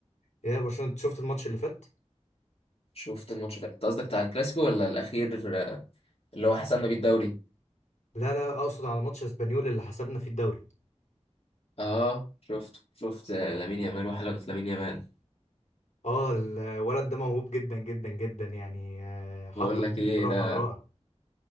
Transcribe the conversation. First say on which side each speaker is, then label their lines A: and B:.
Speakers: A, on the left; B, on the left.
A: يا برشلونه أنت شفت الماتش اللي فات
B: شفت الماتش ده انت قصدك بتاع الكلاسيكو ولا الاخير في- اللي هو حسمنا بيه الدوري
A: لا لا اقصد على ماتش اسبانيول اللي حسبنا فيه الدوري
B: اه شفت شفت آه، لامين يامال وحلقة لامين يامال
A: اه الولد ده موهوب جدا جدا جدا يعني آه، حطه
B: بقول
A: جول
B: لك ايه
A: بصراحه
B: ده
A: رائع